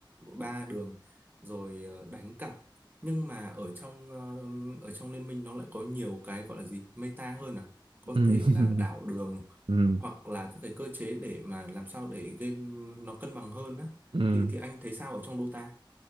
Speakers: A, on the right; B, on the right.
A: ba đường rồi ờ, đánh cặp nhưng mà ở trong ờ, ở trong liên minh nó lại có nhiều cái gọi là gì meta hơn à có
B: ừ
A: thể
B: <laughs>
A: là đảo đường
B: ừ
A: hoặc là các cái cơ chế để mà làm sao để game nó cân bằng hơn á
B: ừ
A: thì thì anh thấy sao ở trong Dota?